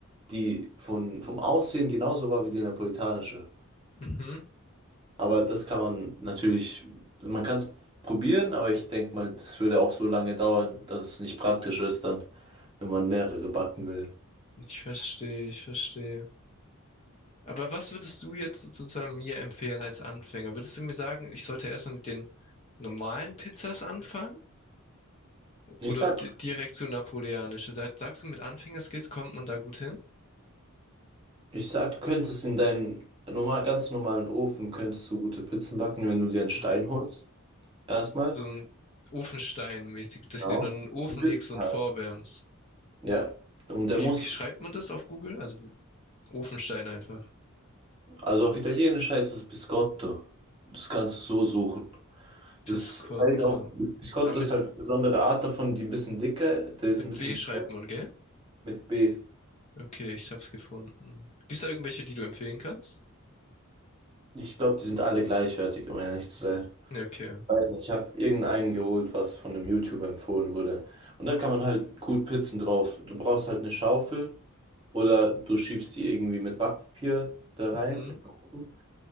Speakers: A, on the right (about 25°); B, on the left (about 30°).
A: die von, vom Aussehen genauso war wie die napolitanische.
B: Mhm.
A: Aber das kann man natürlich, man kann es probieren, aber ich denke mal, das würde auch so lange dauern, dass es nicht praktisch ist dann, wenn man mehrere backen will.
B: Ich verstehe, ich verstehe. Aber was würdest du jetzt sozusagen mir empfehlen als Anfänger? Würdest du mir sagen, ich sollte erstmal mit den normalen Pizzas anfangen?
A: Ich
B: Oder
A: sag,
B: di- direkt zu napoleonische? Sag- Sagst du, mit Anfängerskills kommt man da gut hin?
A: Ich sag, du könntest in deinem normal, ganz normalen Ofen könntest du gute Pizzen backen, wenn du dir einen Stein
B: Hm.
A: holst. Erstmal.
B: So ein Ofenstein-mäßig, dass
A: Genau.
B: du den dann in den Ofen
A: Die Pizzen
B: legst und
A: halt.
B: vorwärmst.
A: Ja. Und der
B: Wie,
A: muss,
B: wie schreibt man das auf Google? Also Ofenstein einfach.
A: also auf Italienisch heißt es Biscotto. Das kannst du so suchen. Das
B: Piscotto.
A: halt auch, Biscotto
B: Ah, mit,
A: ist halt eine besondere Art davon, die ein bisschen dicker, der
B: mit
A: ist ein bisschen
B: W schreibt
A: dicker
B: man, gell?
A: mit B.
B: Okay, ich hab's gefunden. Gibt's da irgendwelche, die du empfehlen kannst?
A: Ich glaube, die sind alle gleichwertig, um ehrlich zu sein.
B: Ja, okay.
A: weiß nicht, ich habe irgendeinen geholt, was von einem YouTuber empfohlen wurde. Und da kann man halt gut Pizzen drauf. Du brauchst halt eine Schaufel oder du schiebst die irgendwie mit Backpapier da rein
B: Mhm.
A: in den Ofen.